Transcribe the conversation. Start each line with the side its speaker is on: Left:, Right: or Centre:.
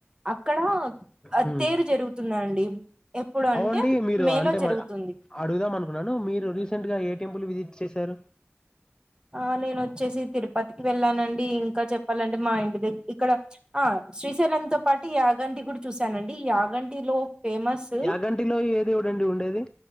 Right: అక్కడ
Left: హ్మ్.
Right: తేరు జరుగుతుందండి, ఎప్పుడు అంటే
Left: అవునండి మీరు
Right: మే
Left: అంటే
Right: లో జరుగుతుంది.
Left: మ- అడుగుదాం అనుకున్నను మీరు రీసెంట్ గా ఏ టెంపుల్ విజిట్ చేశారు?
Right: ఆ నేనొచ్చేసి తిరు పతికి వెళ్ళానండి, ఇంకా చెప్పాలంటే మా ఇంటి దగ్గ ఇక్కడ ఆ శ్రీశైలంతో పాటు యాగానీ అది గూడా చూశానండి. యాగంటి లో ఫేమస్సు
Left: యాగంటిలో ఏ దేవుడండి ఉండేది